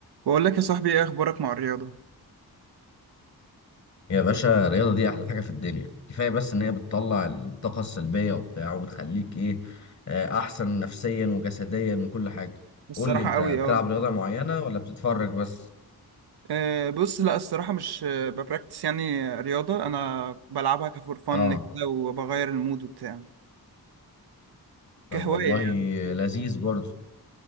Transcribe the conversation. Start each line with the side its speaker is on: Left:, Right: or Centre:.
Right: بقول لك يا صاحبي ايه اخبارك مع الرياضه
Left: يا باشا الرياضة دي أحلى حاجة في الدنيا كفاية بس إن هي بتطلع الطاقة السلبية وبتاع وبتخليك إيه آه، أحسن نفسيا وجسديا وكل حاجة
Right: الصراحه
Left: قول لي أنت
Right: قوي
Left: بتلعب
Right: اه
Left: رياضة معينة ولا بتتفرج بس؟
Right: آه، بص لا الصراحه مش آه، ببراكتس يعني رياضه انا بلعبها كفور فن
Left: آه
Right: كده وبغير المود وبتاع كهوايه
Left: طب والله
Right: يعني
Left: لذيذ برضه